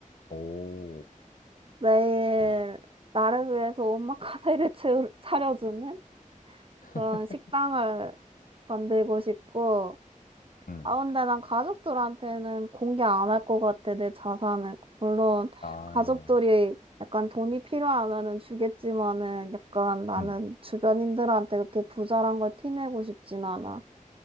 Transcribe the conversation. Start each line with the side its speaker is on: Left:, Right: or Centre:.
Left: 오,
Right: 매일
Left: 그,
Right: 나를 위해서 오마카세를 채우- 차려주는
Left: <laughs>
Right: 그런 식당을 만들고 싶고
Left: 음.
Right: 아, 근데 난 가족들한테는 공개 안 할 것 같아, 내 자산을. 물론,
Left: 아,
Right: 가족들이 약간 돈이 필요하면은 주겠지만은 약간 나는
Left: 음.
Right: 주변인들한테 그렇게 부자란 걸 티내고 싶진 않아.